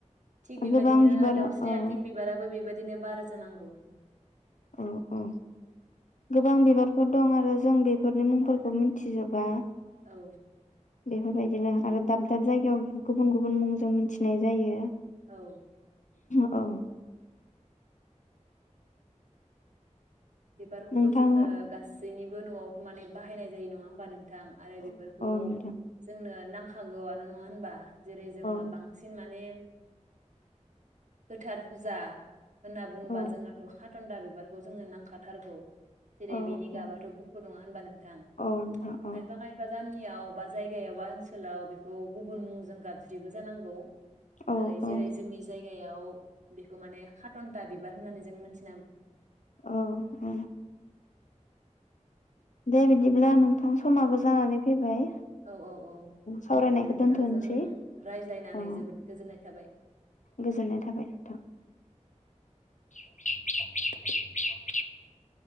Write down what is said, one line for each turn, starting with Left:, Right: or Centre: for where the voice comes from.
Right: थिग बेबादिनो
Left: गोबां बिबार
Right: दाउस्रि
Left: औ
Right: आथें बिबाराबो बेबा दिनै बारो जानांगौ।
Left: अ अ गोबां बिबारफोर दं आरो जों बेफोरनि मुंफोरखो मिथिजोबा।
Right: औ
Left: बेफोरबायदिनो आरो दाब दाब जायगायाव गुबुन गुबुन मुंजों मिथिनाय जायो।
Right: औ
Left: औ
Right: बिबारखौथ'
Left: नोंथां
Right: जोंनो गासै गासैनिबो न'आवथ' माने बाहायनाय जायो नङा होमबा नों थां आरो
Left: औ
Right: बेफोरखौ
Left: औ नोंथां
Right: जोंनो नांखागौआनो नङा होनबा? जेरै जोङो
Left: औ
Right: बांसिन माने गोथार फुजा होनना बुङोबा
Left: औ
Right: जोंनाथ' खा न्दा बिबारखौ जोंनो नांखाथारगौ। जेरै
Left: औ
Right: बेनि
Left: औ
Right: गाबाथ गुफुर नङा होनबा नोंथां
Left: औ नोंथां
Right: खायफा खायफा गामि याव बा जायगायाव बा ओनसोलाव बेखौ गुबुन मुंजों गाबज्रियोबो जानांगौ।
Left: औ
Right: ओरै
Left: औ
Right: जेरै जोंनि जायगायाव बिखौ माने खातन्टा बिबार होननानै जों मोनथि
Left: औ औ दे बिदिबोला नों थां समाबो जानानै फैबाय
Right: औ औ
Left: सावरायनायखौ
Right: दे नोंथांजों
Left: दोनथनोसै
Right: रायज्लायनानै
Left: औ
Right: जोबोद गोजोननाय थाबाय
Left: गोजोननाय थाबाय नोंथां। <unintelligible>